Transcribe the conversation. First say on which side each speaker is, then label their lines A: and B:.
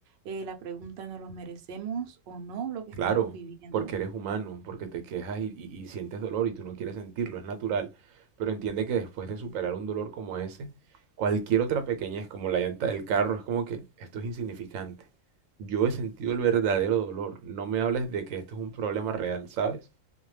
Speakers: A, on the right (about 60°); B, on the right (about 80°).
A: eh, la pregunta, ¿nos los merecemos o no lo que
B: Claro,
A: estamos viviendo?
B: porque eres humano, porque te quejas y, y- y sientes dolor y tú no quieres sentirlo, es natural. Pero entiende que después de superar un dolor como ese, cualquier otra pequeñez, como la llanta del carro, es como que esto es insignificante. Yo he sentido el verdadero dolor. No me hables de que esto es un problema real, ¿sabes?